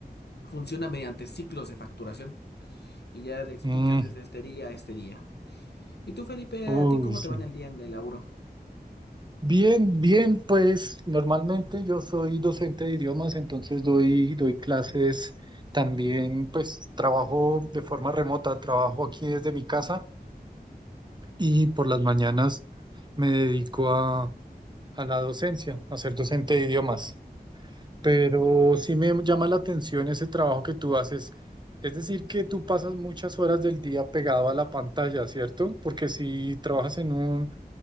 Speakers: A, on the left; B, on the right.
A: Funciona mediante ciclos de facturación y ya le explicas
B: Mm,
A: desde este día a este día. ¿Y tú, Felipe,
B: uy,
A: a ti cómo
B: sí.
A: te va en el día en el laburo?
B: Bien, bien, pues normalmente yo soy docente de idiomas, entonces doy, doy clases también, pues trabajo de forma remota, trabajo aquí desde mi casa y por las mañanas me dedico a, a la docencia, a ser docente de idiomas. Pero sí me llama la atención ese trabajo que tú haces. Es decir, que tú pasas muchas horas del día pegado a la pantalla, ¿cierto? Porque si trabajas en un